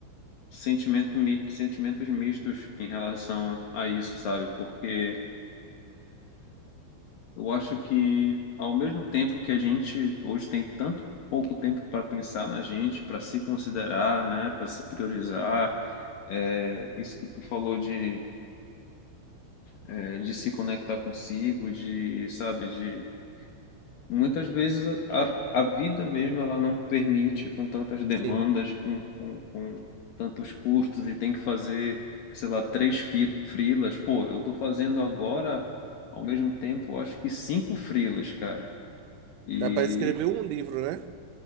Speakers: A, on the left; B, on the right.
A: sentimento, mi- sentimentos mistos em relação a isso, sabe? Porque eu acho que, ao mesmo tempo que a gente hoje tem tanto pouco tempo para pensar na gente, para se considerar, né? Para se priorizar, é, isso que tu falou de é, de se conectar consigo, de, sabe, de muitas vezes a, a a vida mesmo ela não permite com tantas demandas,
B: Sim.
A: com, com, com tantos custos e tem que fazer, sei lá, três fi- freelas. Pô, eu tô fazendo agora, ao mesmo tempo, acho que cinco frilas, cara. E,
B: Dá para escrever um livro, né?